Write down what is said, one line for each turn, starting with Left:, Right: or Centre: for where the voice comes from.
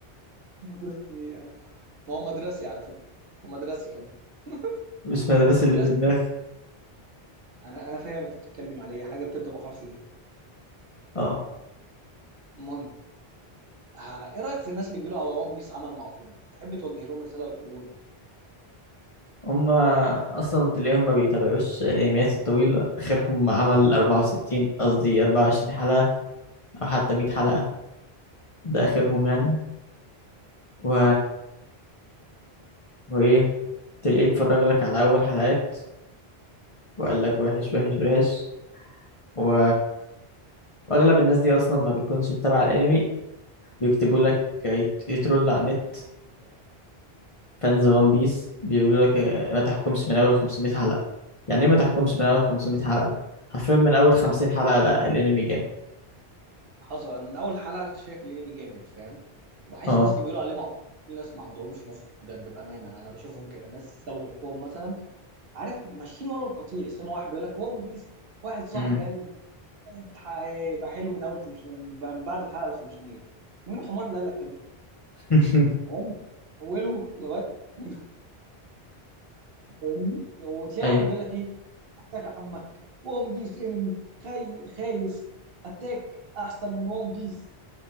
Right: <laughs> مدرسي إيه يا عم؟ ما هو مدرسي على فكره ومدرسي كمان <laughs>
Left: مش مدرسة
Right: مدرسي
Left: اللي في دماغي
Right: انا انا فاهم انت بتتكلم على ايه حاجه بتبدا بحرف ليه
Left: اه
Right: المهم ها- ايه رايك في الناس اللي بيقولوا على ون بيس عمل معطوب تحب توجه لهم رساله وتقول لهم ايه
Left: هما اصلا تلاقيهم ما بيتابعوش الانميات الطويلة اخرهم عمل 64 قصدي 24 حلقة او حتى 100 حلقة ده اخرهم يعني و وايه تلاقيه اتفرج لك على اول حلقات وقال لك وحش وحش وحش و... واغلب الناس دي اصلا ما بتكونش متابعة الانمي بيكتبوا لك يت- يترول على النت فانز ون بيس بيقولوا لك آه، ما تحكمش من اول 500 حلقة يعني ايه ما تحكمش من اول 500 حلقة حرفيا من اول 50 حلقة لا الانمي جامد
Right: حصل انا من اول حلقه شايف الانمي جامد فاهم وبحس
Left: اه
Right: الناس اللي بيقولوا عليه معطوب الناس ما عندهمش مخ بجد بامانه انا بشوفهم كده ناس سابوا مخهم مثلا عارف ماشيين ورا القطيع سمع واحد بيقول لك ون بيس واحد صاحبي
Left: مم.
Right: قال لي ح- هيبقى حلو من اول 500 من بعد الحلقه ال 500 مين الحمار اللي قال لك كده
Left: <laughs>
Right: ون بيس اوله لغايه <laughs> فاهمني وتلاقي
Left: ايوه
Right: واحد بيقول لك ايه اتاك عمك ون بيس انمي خاي... خايس اتاك احسن من ون بيس